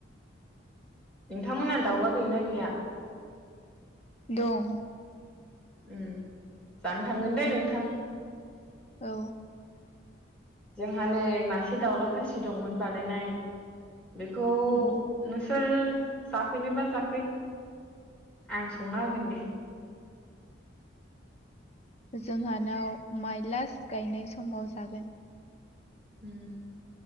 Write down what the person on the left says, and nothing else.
दं ।
औ
उम
जोंहानाव माइ लास्ट गायनाय समाव जागोन ।